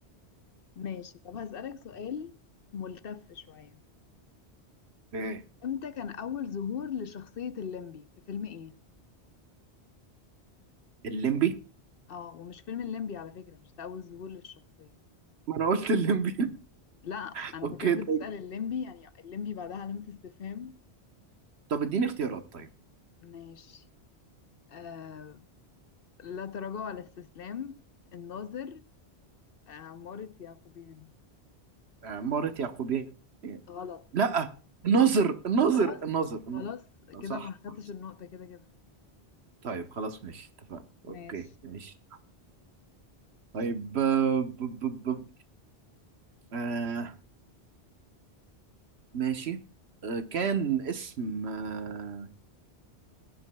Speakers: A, on the left; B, on the right.
A: ماشي طب هسألك سؤال ملتف شوية
B: إيه
A: امتى كان أول ظهور لشخصية الليمبي في فيلم ايه؟
B: الليمبي
A: اه ومش فيلم الليمبي على فكرة مش ده أول ظهور للشخصية
B: ما أنا قلت الليمبي <laughs>
A: لا أنا
B: أوكي
A: فاكراك بتسأل
B: طيب
A: الليمبي يعني الليمبي بعدها علامة استفهام
B: طب اديني اختيارات طيب
A: ماشي آه لا تراجع ولا استسلام الناظر آه، عمارة يعقوبيان
B: آه، مارة يعقوبيان
A: غلط
B: لا الناظر الناظر
A: خلاص
B: الناظر الناظر.
A: خلاص كده
B: صح
A: ما خدتش
B: صح.
A: النقطة كده كده
B: طيب خلاص ماشي اتفقنا اوكي
A: ماشي
B: ماشي طيب آه، ب ب ب آه ماشي آه كان اسم آه